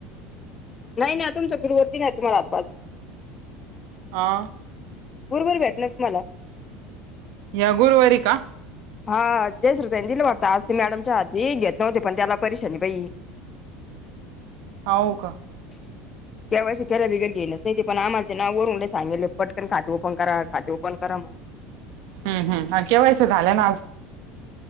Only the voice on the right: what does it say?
हा
या गुरुवारी का?
होव का.
हम् हम् केव्हास झाले ना आज?